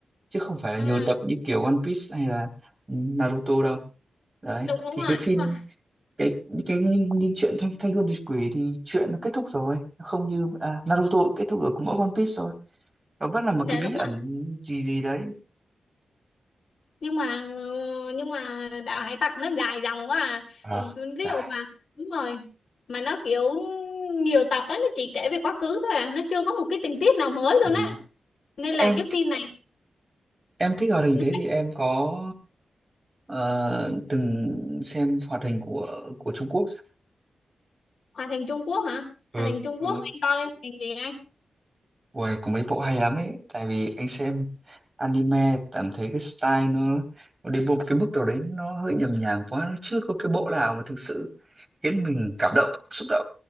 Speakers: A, on the right; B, on the left.
A: chứ không phải là
B: ừ
A: nhiều tập như kiểu One Piece hay là Naruto đâu đấy
B: đúng đúng
A: thì
B: rồi
A: cái phim
B: đúng rồi
A: cái cái những, những chuyện thanh thanh gươm diệt quỷ thì chuyện nó kết thúc rồi Nó không như à, Naruto kết thúc ở của mỗi One Piece rồi nó vẫn là một
B: dạ
A: cái bí
B: đúng
A: ẩn
B: rồi
A: gì gì đấy
B: nhưng mà ờ, nhưng mà đạo hải tặc nó dài dòng quá à
A: ờ
B: ví
A: dài
B: dụ mà đúng rồi mà nó kiểu nhiều tập á nó chỉ kể về quá khứ thôi à nó chưa có một cái tình tiết nào mới
A: ừ.
B: luôn á nên
A: Thế
B: là
A: em
B: cái phim này
A: em thích hoạt hình
B: nên
A: thế
B: là
A: thì em có ờ, từng xem hoạt hình của của Trung Quốc chưa?
B: Hòa thành Trung Quốc hả
A: ừ
B: Hòa thành Trung
A: đúng
B: Quốc
A: rồi
B: anh coi thành gì anh
A: Uầy, có mấy bộ hay lắm ấy tại vì anh xem anime cảm thấy cái style nó, nó đến một cái mức độ đấy nó hơi nhầm nhàng quá nó chưa có cái bộ nào mà thực sự khiến mình cảm động xúc động